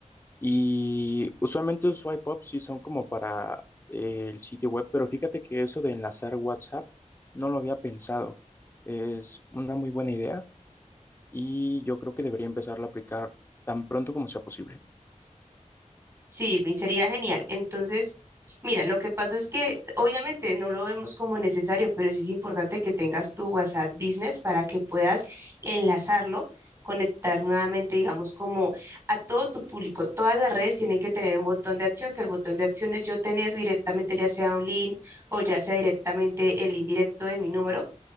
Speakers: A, on the left; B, on the right.
A: Y usualmente los swipe up sí son como para eh, el sitio web, pero fíjate que eso de enlazar WhatsApp no lo había pensado. Es una muy buena idea y yo creo que debería empezar a aplicar tan pronto como sea posible.
B: Sí, Irving, sería genial. Entonces, mira, lo que pasa es que obviamente no lo vemos como necesario, pero sí es importante que tengas tu WhatsApp Business para que puedas enlazarlo, conectar nuevamente, digamos, como a todo tu público. Todas las redes tienen que tener un botón de acción, que el botón de acción es yo tener directamente ya sea un link o ya sea directamente el link directo de mi número